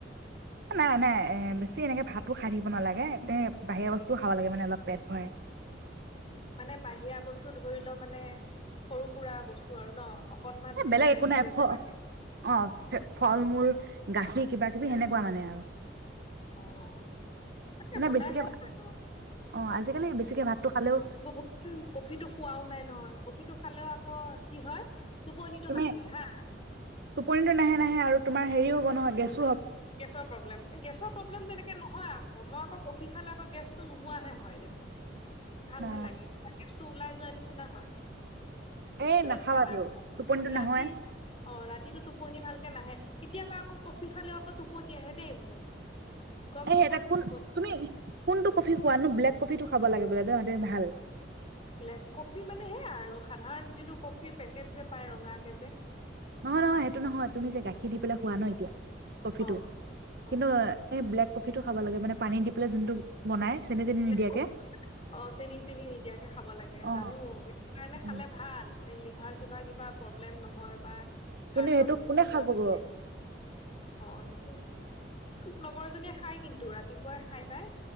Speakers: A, on the right (about 60°); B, on the left (about 35°).
A: নাই, নাই এ বেছি এনেকে ভাতো খাই থাকিব নালাগে এ বাহিৰা বস্তুও খাব লাগে মানে অলপ পেট ভৰে।
B: মানে বাহিৰা বস্তু ধৰি লওঁ মানে সৰু সুৰা বস্তু আৰু ন অকনমান হলেও
A: বেলেগ
B: পেট
A: একো নাই
B: ভৰি
A: ফ'
B: থকাকে
A: অ', ফল-মূল গাখীৰ কিব কিবি সনেকুৱা মানে অৰ
B: অ', তাকে
A: মানে
B: বনাই
A: বেছিকে
B: লম বাৰ
A: অ আজিকালি বেছিকে ভাতটো খালেও
B: বহুত ক'ফিটো খুৱাও নাই নহয় কফ ফিটো খালেও আকৌ কি হয় টোপনিটো
A: তুমি,
B: নাহে হা
A: টোপনিটো নাহে, নাহে আৰু তোমাৰ হেৰিয়ো হ'ব নহয় গেছ
B: গেছৰ প্ৰব্লেম, গেছৰ প্ৰব্লেম তেনেকে নহয়। মই আকৌ কফি খালে আকৌ গেছটো নোহোৱাহে হয়, দেখোন। ভালহে
A: অ
B: লাগে। টো ওলাই যোৱা নিচিনা হয়।
A: এ
B: কিন্তু
A: নাখাবা
B: <unintelligible>
A: তেও টোপনিটো
B: ৰাতি
A: নহয়
B: অ', ৰাত টো, টোপনি ভালকে নাহে, কেতিয়াবা আকৌ কফি খালেয়ো টোপনি আহে দেই মোৰ। গম
A: <unintelligible>
B: নোপোৱাকে টোপনি
A: তুমি
B: হয়
A: কোনটো কফি খোৱানো? ব্লেক কফিতটো খাব লাগে বোলে <unintelligible> ভাল
B: ব্লেক কফি মানে হেয়া আৰু সাধাৰণ যিটো কফি পেকেট যে, পায় ৰঙাকে যে
A: নহয়, নহয় সেইটো নহয় তুমি যে, গাখীৰ দি পেলাই হোৱা ন এতিয়া কফিটো?
B: অ
A: কিন্তু
B: অ
A: এই ব্লেক কফিতো খাব লাগে মানে পানী দি পেলাই যোনটো বনাই চেনি তেনি
B: ব্লেক
A: নিদিয়াকে
B: ক-অ', চেনি তেনি নিদিয়াকে খাব লাগে
A: অ
B: জানো সেইটো কাৰণে
A: অ
B: খালে ভাল মানে লিভাৰ চিভাৰ কিবা প্ৰব্লেম নহয় বা
A: কিন্তু
B: হাৰ্টৰ
A: সেইটো
B: প্ৰব্লেম
A: কোনে খা
B: নাথাকে
A: ক'ব।
B: অ', সেইটোক লগৰ জনীয়ে খাই কিন্তু ৰাতিপুৱাই খাই তাই।